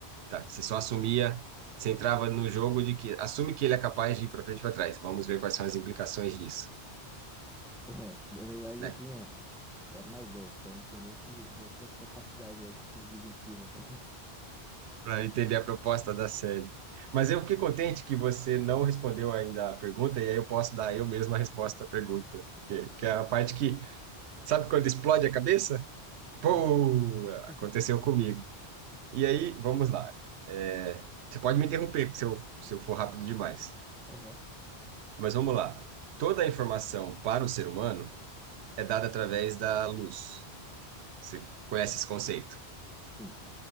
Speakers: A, on the right; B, in the centre.
A: tá? Você só assumia, você entrava no jogo de que assume que ele é capaz de ir para frente e para trás. Vamos ver quais são as implicações disso,
B: É, na verdade
A: né?
B: eu tinha, eu era mais novo, então não tinha nem esse, essa capacidade, acho, que cognitiva para.
A: Para entender a proposta da série. Mas eu fiquei contente que você não respondeu ainda a pergunta, e aí eu posso dar eu mesmo a resposta à pergunta, que, que é a parte que, sabe quando explode a cabeça? Pô,
B: <laughs> Aham.
A: aconteceu
B: <laughs>
A: comigo. E aí, vamos lá. É, Você pode me interromper se eu, se eu for rápido demais.
B: Aham.
A: Mas vamos lá. Toda a informação para o ser humano é dada através da luz. Você conhece esse conceito?
B: Sim,